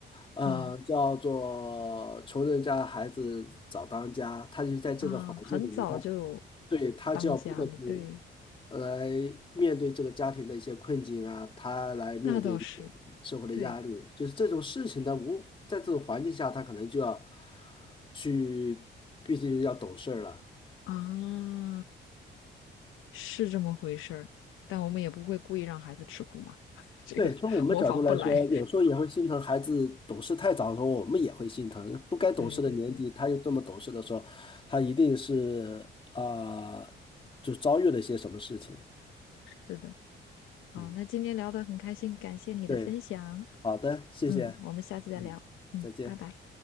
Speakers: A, on the left; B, on the left.
A: 呃，
B: 嗯。
A: 叫做穷人家孩子早当家，他就是在这个环境里面，
B: 啊，很早就有
A: 他对他就要不得不
B: 当家了，对，
A: 来面对这个家庭的一些困境啊，他来面对
B: 那倒是，
A: 社会的压力，
B: 对
A: 就是这种事情他无，在这种环境下，他可能就要去，毕竟要懂事儿了。
B: 啊，是这么回事儿。但我们也不会故意让孩子吃苦嘛，<laughs> 这个模仿不来。
A: 对，从我们的角度来说，有时候也会心疼孩子懂事太早的时候，我们也会心疼。不该懂事的年纪，
B: <laughs> 对对对，
A: 他又这么懂事的时候，他一定是啊、呃就遭遇了一些什么事情。
B: 是的。啊，
A: 嗯，
B: 那今天聊得很开心，感谢你的分享。
A: 对，好的，谢谢，
B: 嗯，我们下次再聊。
A: 嗯，
B: 嗯，
A: 再见。
B: 拜拜。